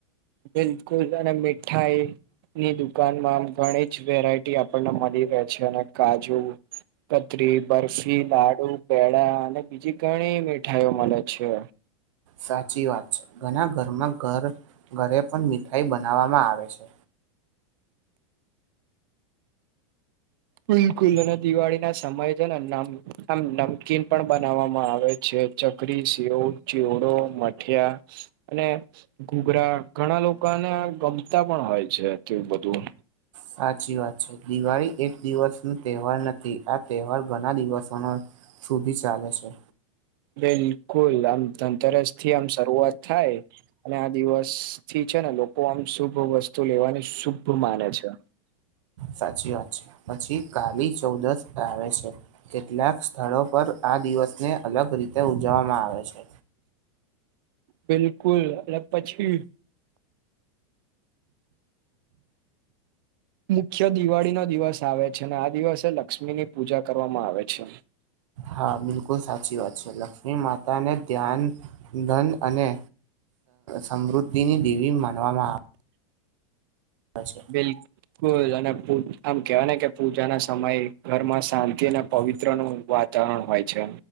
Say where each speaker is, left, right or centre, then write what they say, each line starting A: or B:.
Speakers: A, on the right; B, on the right.
A: બિલકુલ અને મીઠાઈ ની દુકાનમાં આમ ઘણી જ વેરાયટી આપણને મલી રહે છે અને કાજુ કતરી બરફી લાડુ પેડા અને બીજી ઘણી મીઠાઈઓ મલે છે.
B: સાચી વાત છે ઘણા ઘરમાં ઘર ઘરે પણ મીઠાઈ બનાવવામાં આવે છે.
A: બિલકુલ અને દિવાળીના સમય છે નમ આમ નમકીન પણ બનાવવામાં આવે છે. છે ચકરી સેવ ચેવડો મઠિયા અને ઘૂઘરા ઘણા લોકોને ગમતા પણ હોય છે તે બધું
B: સાચી વાત છે દિવાળી એક દિવસનો તહેવાર નથી આ તહેવાર ઘણા દિવસોનો સુધી ચાલે છે.
A: બિલકુલ આમ ધનતેરસથી આમ શરૂઆત થાય અને આ દિવસ થી છે ને લોકો આમ શુભ વસ્તુ લેવાની શુભ માને છે.
B: સાચી વાત છે પછી કાલી ચૌદશ આવે છે. કેટલાક સ્થળો પર આ દિવસને અલગ રીતે ઉજવવામાં આવે છે.
A: બિલકુલ અને પછી મુખ્ય દિવાળીનો દિવસ આવે છે અને આ દિવસે લક્ષ્મીની પૂજા કરવામાં આવે છે.
B: હા બિલકુલ સાચી વાત છે લક્ષ્મી માતાને ધ્યાન ધન અને સમૃદ્ધિની દેવી માનવામાં આવે છે
A: બિલ અને આમ કેવાય ને કે પૂજાના સમયે ઘરમાં શાંતિ અને પવિત્રનું વાત વાતાવરણ હોય છે.